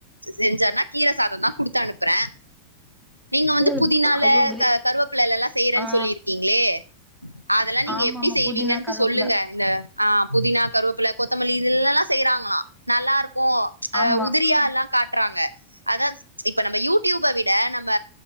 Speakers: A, on the right; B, in the centre.
A: செஞ்சேன்னா கீர சாதோ தா குடுத்து அனுப்புறே நீங்க வந்து
B: இல்ல
A: புதினால
B: ஐயோ கிரீ
A: கருவேப்பிள்ளலா செய்யறேன்னு
B: ஆ
A: சொல்லி இருக்கீங்களே அதெல்லா நீங்க
B: ஆமா
A: எப்டி
B: ஆமா
A: செய்வீங்கன்ட்டு
B: புதினா கருவேப்பில
A: சொல்லுங்க இந்த ஆ புதினா கருவேப்பில கொத்த மல்லி இதுல எல்லா செய்யறாங்களா நல்லா இருக்கு ஆ
B: ஆமா
A: உதிரியா எல்லா‌ கா ட்றாங்க அதா இப்ப நம்ம யூடியூப்ப விட நம்ம நம்ப